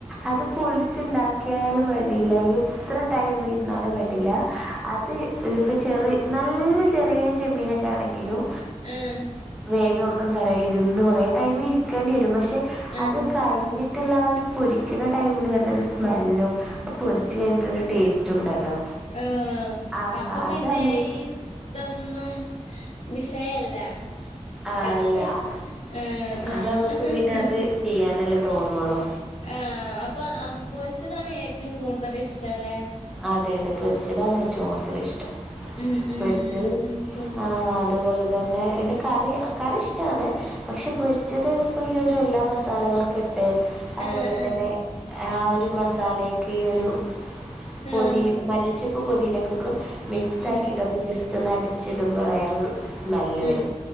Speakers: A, in the centre; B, on the left.
A: അത് പൊളിച്ചുണ്ടാക്കിയാലും വേണ്ടിയില്ല- എത്ര ടൈം ഇരുന്നാലും വേടില്ല അത്പ്പോ ചെറ നല്ല ചെറിയ ചെമ്മീനൊക്കെ ആണെങ്കിലും
B: ആഹ്
A: വേഗം എന്താ പറയുക ഇരുന്ന് കുറേ ടൈമ ഇരിക്കേണ്ടി വരും പക്ഷെ
B: ആഹ്
A: അത് കഴിഞ്ഞിട്ടുള്ള ഒരു പൊരിക്കുന്ന ടൈമില് വുന്നരു സ്മെല്ലും പൊരിച്ച് കഴിഞ്ഞിട്ടല്ല ടേസ്റ്റ് ഉണ്ടല്ലോ
B: ആഹ്
A: ആഹ്
B: അപ്പൊ
A: അതല്ലേ
B: പിന്നെ ഈ ഇതൊന്നും വിഷയല്ല-
A: ആ
B: ആഹ്
A: അല്ല
B: ആഹ്
A: അപ്പൊ നമുക്ക്
B: ആഹ്
A: പിന്നെ അത് ചെയ്യാനല്ലേ തോന്നുള്ളൂ-
B: ആഹ് അപ്പൊ പൊരിച്ചതാണ് ഏറ്റവും കൂടുതൽ ഇഷ്ടല്ലേ?
A: അതെ അതെ പെരിച്ചതാണ് ഏറ്റവും കൂടുതൽ ഇഷ്ടം.
B: ഉം ഉം
A: പൊരിച്ചത്
B: ഉം ശരി
A: ആഹ് അതുപോലെ തന്നെ പിന്നെ കറി കറിഷ ആണ് പക്ഷെ പൊരിച്ചത് ഇപ്പോഈ ഒരു എല്ലാ മസാലകളൊക്കെ ഇട്ട് അതുപോലെ
B: ആഹ്
A: തന്നെ ആഹ് ഒരു മസാലക്ക് ഈ ഒരു പൊതി
B: ആഹ് ആഹ്
A: മല്ലിച്ചപ്പ് പൊതിനക്ക്ക് മിക്സ്
B: ഉം
A: ആക്കിയിട്ട്ന്ന് ജസ്റ്റ് ഒന്ന് അടിച്ചിടുമ്പോൾ വേറൊരു സ്മെല്ല് വരും
B: ഉം